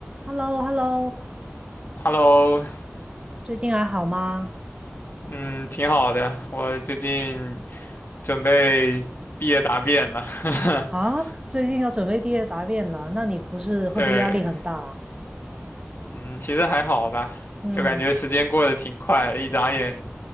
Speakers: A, on the right; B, on the left.
A: h e l l o h e l l o
B: Hello，
A: 最近还好吗？
B: 嗯，挺好的。我最近准备毕业答辩了，<laughs>
A: 啊，最近要准备毕业答辩了，那你不是会不会压力很大啊？
B: 对，嗯，其实还好吧，
A: 嗯，
B: 就感觉时间过得挺快的，一眨眼，